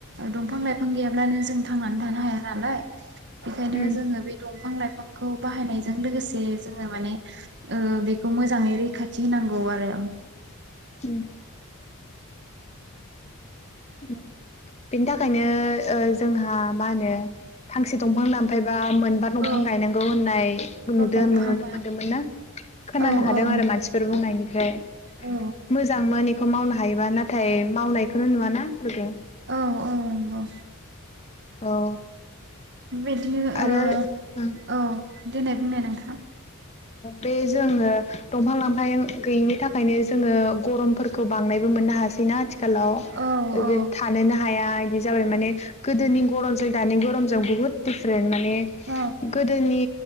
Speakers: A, on the right; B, on the left.
A: दंफां लाइफां गैयाब्लानो जों थांनानै थानो हाया नालाय बेखायनो
B: उम
A: जोङो बे दं फां लाइफांखौ बाहायनायजों लोगोसे जोङो माने ओ बे खौ मोजाङै रैखाथि होनांगौ आरो
B: उम ह <unintelligible> बेनि थाखायनो ओ जोंहा मा होनो फांसे दंफां दानफायबा मोनबा दंफां
A: औ
B: गायनांगौ होननाय नुदो
A: औ
B: नुनोमोनदोंमोन
A: फांबा
B: ना खोनानो
A: औ
B: हादों
A: औ
B: आरो
A: नंगौ
B: मानसिफोर बुंनायनिफ्राय
A: औ
B: मोजांमोन इखौ मावनो हायोबा ना थाय मावनायखोनो नुवा ना ग <unintelligible>
A: औ औ नंगौ
B: औ
A: बिदिनो
B: आरो
A: ओ
B: ओं
A: औ देनाय बुंनाय नोंथां
B: बे जोङो दंफां लांफां गैयिनि थाखायनो जोङो गरमफोरखौ बांनायबो मोननो हायासैना आथि खालाव
A: औ औ
B: ज थानोनो हाया इदि जाबाय माने गोदोनि गरमजों दानि गरमजों बुहुत दिफरेन्ट मा ने
A: औ
B: गोदोनि